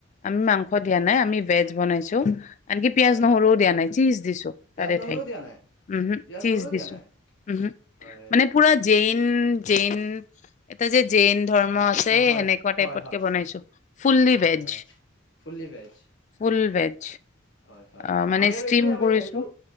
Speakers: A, on the left; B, on the left.
A: আমি মাংস দিয়া নাই, আমি ভেজ বনাইছো শাইছো <unintelligible> আনকি পিয়াজ
B: হয়
A: নহৰুও
B: হয়
A: দিয়া নাই চিজ দিছো
B: পিয়াজ
A: তাৰে
B: নহৰুও
A: ঠাইত
B: দিয়া নাই
A: উম হম
B: পিয়াজ
A: চিজ
B: নহৰুও
A: দিছো
B: দিয়া নাই
A: উম‌হম
B: হয়
A: মানে পুৰা জেইন চেইন এটা যে জেইন ধৰ্ম আছে
B: অ হয়
A: সেনেকে
B: হয় হয়
A: কে বনাইছো ফুলী
B: হয়
A: ভেগ
B: হয় ফুল্লি ভেজ
A: ফুল ভেজ
B: হয়
A: অ মানে
B: আমি আৰু
A: ষ্টিম
B: এইটোৱে আমি
A: কৰিছো
B: সেইটো